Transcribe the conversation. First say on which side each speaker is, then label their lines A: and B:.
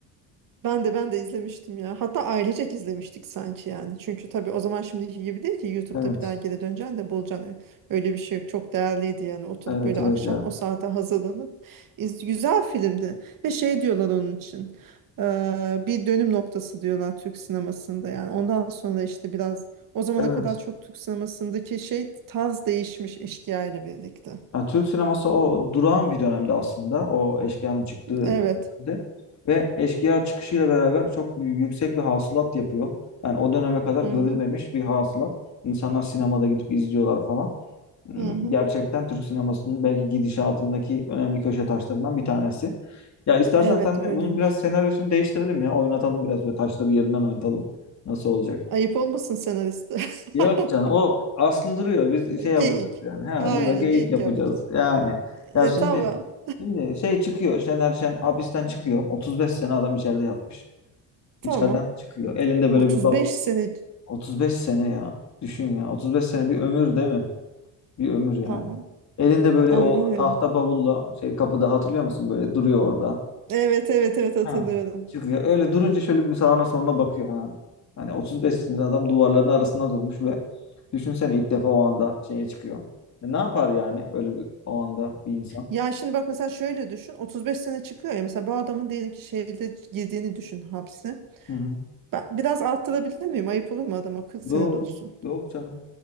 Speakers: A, on the right; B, on the left.
A: Ben de ben de izlemiştim ya. Hatta ailecek izlemiştik sanki yani. Çünkü tabii o zaman şimdiki gibi değil ki YouTube'da
B: Evet.
A: bir daha geri döneceksin de bulacaksın. E, Öyle bir şey yok. Çok değerliydi yani. Oturup
B: Evet
A: böyle
B: evet
A: akşam
B: ya.
A: o saate hazırlanıp iz güzel filmdi. Ve şey diyorlar onun için. eee, bir dönüm noktası diyorlar Türk sinemasında yani. Ondan sonra işte biraz o zamana
B: Evet.
A: kadar çok Türk sinemasındaki şey tarz değişmiş Eşkıya ile birlikte.
B: Ya Türk sineması o durağan bir dönemde aslında. O Eşkıya'nın çıktığı
A: Evet.
B: dönemde. Ve Eşkıya çıkışıyla beraber çok büyük- yüksek bir hasılat yapıyor. Yani o döneme kadar
A: Hı
B: görülmemiş
A: hı.
B: bir hasılat. İnsanlar sinemada gidip izliyorlar falan. Hmm,
A: Hı hı.
B: Gerçekten Türk sinemasının belki gidişatındaki önemli köşe taşlarından bir tanesi. Ya istersen
A: Evet
B: sen
A: öyleymiş.
B: de bunun biraz senaryosunu değiştirelim ya. Oynatalım biraz böyle taşları yerinden oynatalım. Nasıl olacak?
A: Ayıp olmasın senariste.
B: Yok
A: <laughs>
B: canım o aslı duruyor. Biz şey yapacağız
A: Geyik.
B: yani. Ha,
A: Aynen
B: burada geyik
A: geyik
B: yapacağız.
A: yapacağız.
B: Yani
A: E,
B: ya şimdi
A: tamam.
B: şimdi şey çıkıyor. Şener Şen hapisten çıkıyor. 35 sene adam içeride yatmış.
A: Tamam.
B: İçeriden çıkıyor. Elinde böyle
A: 35
B: bir bavul.
A: sene.
B: 35 sene ya. Düşün ya. 35 sene bir ömür değil mi? Bir ömür yani.
A: Tamam.
B: Elinde böyle
A: Aynen
B: o
A: öyle.
B: tahta bavulla şey kapıda hatırlıyor musun? Böyle duruyor orada.
A: Evet evet evet hatırlıyorum.
B: Ha. çıkıyor. Öyle durunca şöyle bir sağına soluna bakıyor falan. Hani 35 sinirli adam duvarların arasında durmuş ve düşünsene ilk defa o anda şeye çıkıyor. E ne yapar yani öyle bir, o anda bir insan?
A: Ya şimdi bak mesela şöyle düşün. 35 sene çıkıyor ya. Mesela bu adamın diyelim ki şeyde girdiğini düşün hapse.
B: Hı hı.
A: Ben biraz arttırabilir miyim? Ayıp olur mu adama? 40
B: Yok,
A: sene de olsun.
B: yok canım.